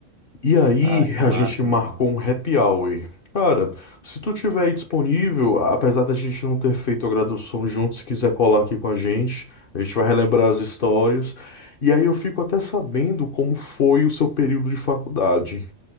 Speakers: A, on the left; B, on the right.
A: E aí
B: Ah, que
A: a
B: massa,
A: gente marcou
B: mano.
A: um happy hour. Cara, se tu tiver aí disponível, apesar da gente não ter feito a graduação junto, se quiser colar aqui com a gente, a gente vai relembrar as histórias. E aí eu fico até sabendo como foi o seu período de faculdade.